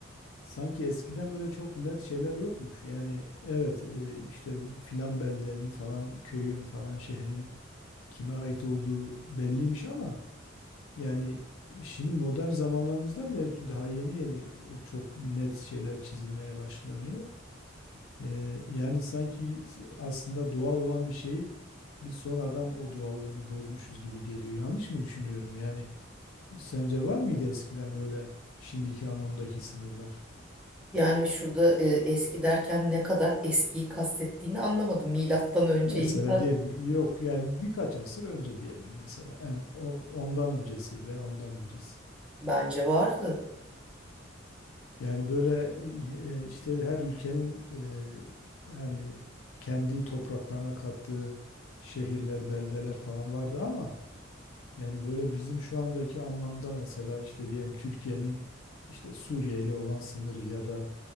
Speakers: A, on the left; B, in the centre.
A: Sanki eskiden böyle çok net şeyler yokmuş. Yani evet e, işte filan beldenin falan köyün falan şehrin kime ait olduğu belliymiş ama Yani e, şimdi modern zamanlarımızda bile daha yeni yeni e, çok net şeyler çizilmeye başlanıyor. Ee, yani sanki s- aslında doğal olan bir şeyi biz sonradan o doğallığını bozmuşuz gibi geliyor. Yanlış mı düşünüyorum? Yani sence var mıydı eskiden böyle şimdiki anlamdaki sınırlar?
B: Yani şurada e, eski derken ne kadar eskiyi kastettiğini anlamadım. Milattan önceyim.
A: Mesela diyelim yok yani birkaç asır önce diyelim mesela en o- ondan öncesi ve ondan öncesi.
B: Bence vardı.
A: Yani böyle e, işte her ülkenin e, yani kendi topraklarına kattığı şehirler, beldeler falan vardı ama yani böyle bizim şu andaki anlamda mesela işte diyelim Türkiye'nin işte Suriye ile olan sınırı ya da